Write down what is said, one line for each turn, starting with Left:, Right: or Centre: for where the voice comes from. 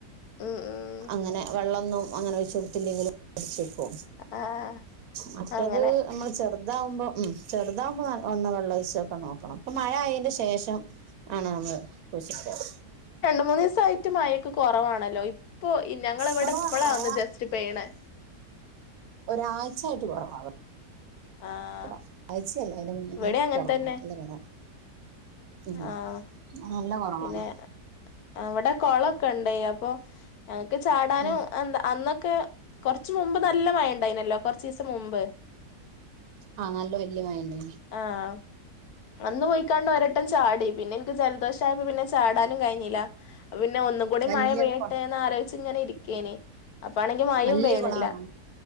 Left: ഉം ഉം
Right: അങ്ങനെ വെള്ളന്നും അങ്ങനെ ഒഴിച് കൊട്ത്തില്ലെങ്കിലും അ <unintelligible> ക്കും
Left: ആഹ്
Right: മറ്റത്
Left: അങ്ങനെ
Right: നമ്മള് ചെർതാവുമ്പോ ഉം ചെർതാവുമ്പ ഒന്ന് വള്ള ഒഴ്ച്ചോക്ക നോ ക്കണം ഇപ്പം മഴ ആയേന്റെ ശേഷം ആണ് നമ്മള് കുയ്ച്ചിട്ടത്
Left: രണ്ട് മൂന്നീസായിട്ട് മഴക്ക കോറവാണല്ലോ ഇപ്പോ ഞങ്ങള ഇവട
Right: കൊറവാണ്
Left: ഇപ്പളാ
Right: മഴ
Left: ഒന്ന് ജസ്റ്റ് പെയ്യ്ണ
Right: ഒരാഴ്ച്ചായിട്ട് <unintelligible>
Left: ആഹ്
Right: ട ആഴച്ചയല്ല അയിൻ്റെ മുന്നെ
Left: ഇവിടെ
Right: മഴ
Left: അങ്ങനെ
Right: കൊറവാ
Left: തന്നെ
Right: നല്ല കൊറവാ അ
Left: ആഹ്
Right: ആ നല്ല കുറവാണ്
Left: പിന്നെ അവിടെ കൊളൊക്കെ ഉണ്ട് അപ്പൊ ഞങ്ങക്ക് ചാടാനും
Right: ഉം
Left: എന്താ അന്നൊക്കെ കൊറച്ച് മുമ്പ് നല്ല മഴ ഉണ്ടയീനിയല്ലോ കൊറച്ച് ദിവസം മുമ്പ്
Right: ആഹ് നല്ല വല്യ മഴ ഉണ്ടായിനി
Left: ആഹ് അന്ന് പോയിക്കാണ്ട് ഒരട്ടം ചാടി പിന്നെ എനിക്ക് ജലദോഷമായപ്പ പിന്നെ ചാടാനും കഴിഞ്ഞില്ല അപ്പോ പിന്നെ ഒന്നുകൂടി
Right: വലിയ
Left: മഴ പെയ്യട്ടെന്ന്
Right: കൊ-
Left: ആലോചിച്ച് ഇങ്ങനെ ഇരിക്കേനീ അപ്പാ ആണെങ്കിൽ മഴയും
Right: വലിയ
Left: പെയ്യിണില്ല
Right: കുളമാണോ